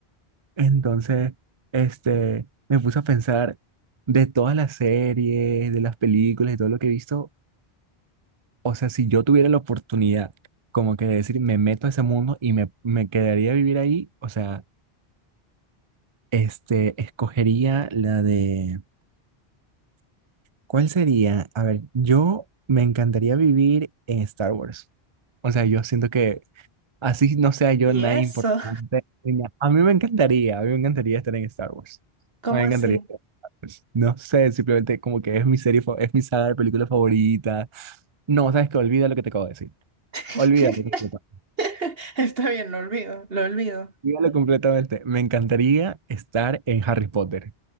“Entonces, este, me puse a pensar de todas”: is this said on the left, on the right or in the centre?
Right